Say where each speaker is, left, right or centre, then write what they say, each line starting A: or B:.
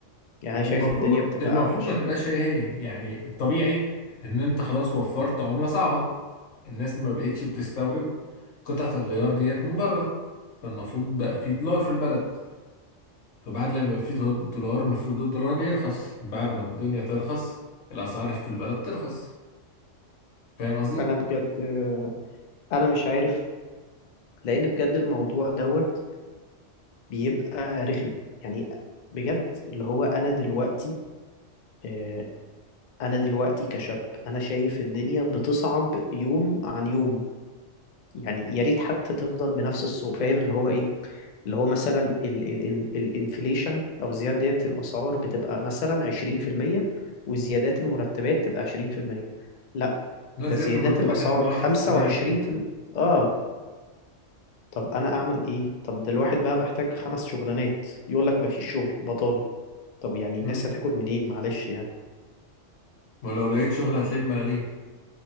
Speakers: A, on the left; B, on the left.
A: يعني
B: هو
A: أنا شايف
B: المفروض
A: الدنيا بتبقى
B: المفروض
A: اوحش
B: ما تبقاش هي هي يعني الطبيعي ان انت خلاص وفرت عملة صعبة الناس ما بقتش بتستورد قطعة الغيار ديت من بره فالمفروض بقى في دولار في البلد فبعد لما يبقى في دول- دولار المفروض الدولار يرخص بعد ما الدنيا ترخص الأسعار في البلد ترخص فاهم قصدي؟
A: انا بجد آه، انا مش عارف لان بجد الموضوع دوت بيبقى رخم يعني بجد اللي هو انا دلوقتي آه، انا دلوقتي كشاب انا شايف الدنيا بتصعب يوم عن يوم يعني يا ريت حتى تفضل بنفس الصعوبة فاهم اللي هو ايه اللي هو مثلا ال ال الانفليشن او زيادة الاسعار بتبقى مثلا 20% وزيادات المرتبات تبقى 20% لا
B: لا
A: ده
B: زيادة
A: زيادات
B: المرتبات
A: الاسعار
B: هتبقى واحد
A: 25%
B: في المية
A: اه طب انا اعمل ايه طب ده الواحد بقى محتاج خمس شغلانات يقول لك مفيش شغل بطالة طب يعني الناس
B: مم.
A: هتاكل منين معلش يعني
B: ولو لقيت شغل هتلاقيه بملاليم